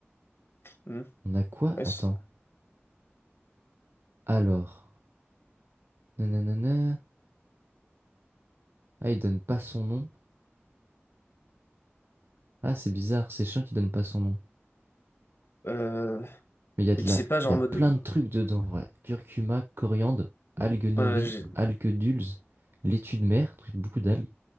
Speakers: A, on the left; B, on the right.
A: Mhm.
B: On a quoi?
A: Ouais,
B: Attends.
A: ce-
B: Alors. Nanana. Ah, il donne pas son nom. Ah, c'est bizarre, c'est chiant qu'il donne pas son nom.
A: euh,
B: Mais il y a de
A: Mais tu
B: la...
A: sais pas, genre
B: il y a
A: en
B: plein
A: mode.
B: de trucs dedans, en vrai. Curcuma, coriandre, algues nori,
A: euh, j'ai-
B: algues dulses, laitue de mer, beaucoup d'algues,